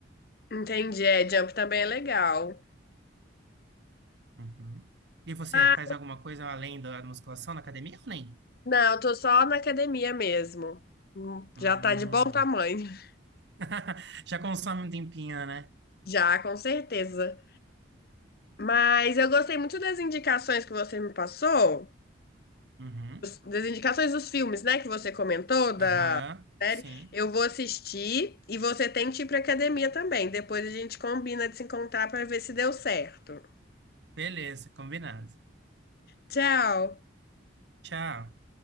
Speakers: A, on the left; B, on the right.
A: Entendi, é, jump também é legal.
B: Uhum. E você
A: Ah,
B: faz alguma coisa além da musculação na academia ou nem?
A: não, eu tô só na academia mesmo. Hum,
B: Hum.
A: Já tá de bom tamanho. <laughs>
B: <laughs> Já consome um tempinho, né?
A: Já, com certeza. Mas eu gostei muito das indicações que você me passou,
B: Uhum.
A: das indicações dos filmes, né, que você comentou, da
B: Aham.
A: série.
B: Sim.
A: Eu vou assistir e você tem que ir pra academia também. Depois a gente combina de se encontrar pra ver se deu certo.
B: Beleza, combinado.
A: Tchau!
B: Tchau.